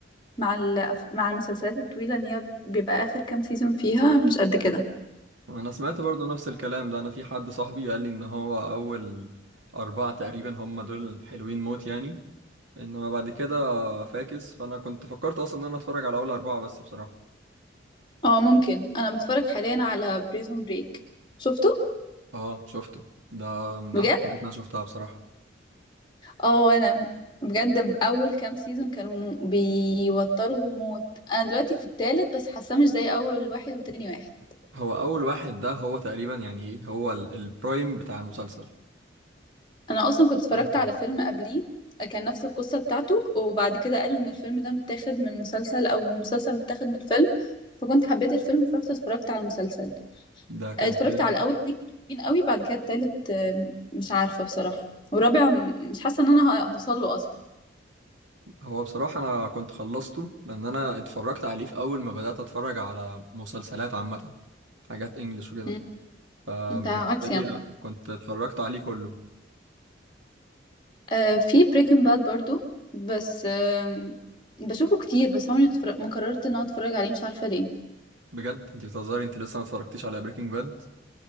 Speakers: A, on the left (about 25°); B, on the right (about 85°).
A: مع الأف- مع المسلسلات الطويله ان هي بيبقى اخر كام سيزون فيها مش قد كده
B: أنا سمعت برضه نفس الكلام ده أنا في حد صاحبي قال لي إن هو أول أربعة تقريبا هما دول حلوين موت يعني إنما بعد كده فاكس فأنا كنت فكرت أصلا إن أنا أتفرج على أول أربعة بس بصراحة
A: اه ممكن انا بتفرج حاليا على بريزون بريك شفته
B: اه شفته ده من
A: بجد
B: احسن الحاجات اللي انا شفتها بصراحة
A: اه انا بجد اول كام سيزون كانوا م- بيوتروا موت انا دلوقتي في التالت بس حاساه مش زي اول واحد وتاني واحد
B: هو اول واحد ده هو تقريبا يعني ايه هو ال- البرايم بتاع المسلسل
A: انا اصلا كنت اتفرجت
B: اه
A: على فيلم قبليه كان نفس القصه بتاعته وبعد كده قالوا ان الفيلم ده متاخد من مسلسل او المسلسل متاخد من الفيلم فكنت حبيت الفيلم فرحت اتفرجت على المسلسل
B: ده كان
A: اتفرجت
B: فيلم
A: على اول اتنين حلوين قوي بعد كده التالت آم، مش عارفه بصراحه والرابع م- مش حاسه ان انا هوصل له اصلا
B: هو بصراحة انا كنت خلصته لان انا اتفرجت عليه في اول ما بدأت اتفرج على مسلسلات عامة حاجات انجلش وكده
A: م،
B: فبالنسبة
A: انت عكسي
B: لي
A: يعني
B: لا كنت اتفرجت عليه كله
A: آه في بريكنج باد برضو بس آه بشوفه كتير بس عمري ما اتفرج- ما قررت ان انا اتفرج عليه مش عارفه ليه
B: بجد انت بتهزري انت لسه ما اتفرجتيش على بريكنج باد